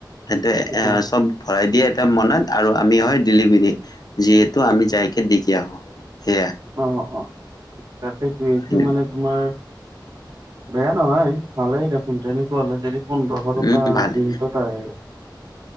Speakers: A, on the left; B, on the right.
A: সেইটো
B: অ',
A: এ চব ভৰাই দিয়ে এটা মনাত আৰু আমি হয় ডেলিভাৰী, যিহেতু আমি যাইকে দিকে আহো, সেয়া।
B: অঁ অঁ অঁ, তাকেইটো সেইটো
A: সেনেকুৱা।
B: মানে তোমাৰ বেয়া নহয়, ভালেই দেখোন তেনেকুৱা হ'লে যদি পোন্ধৰশ টকা
A: উম ভালে
B: দিনটোত আহে।